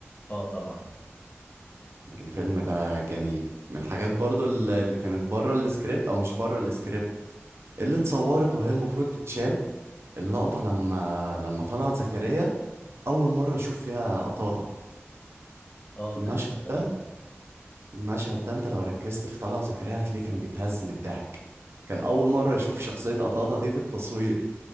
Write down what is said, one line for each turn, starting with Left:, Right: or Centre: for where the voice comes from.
Left: اه طبعا
Right: الفيلم ده جميل من الحاجات برضه اللي اللي كانت بره السكريبت او مش بره السكريبت اللي اتصورت وهي المفروض تتشال اللقطة لما لما طلعت زكريا اول مرة يشوف فيها قطاطة
Left: اه
Right: المشهد
Left: كانت لقطة
Right: ده
Left: جامدة
Right: المشهد ده انت لو ركزت في طلعت زكريا هتلاقيه كان بيتهز من الضحك كان اول مره يشوف شخصيه قطاطا دي في التصوير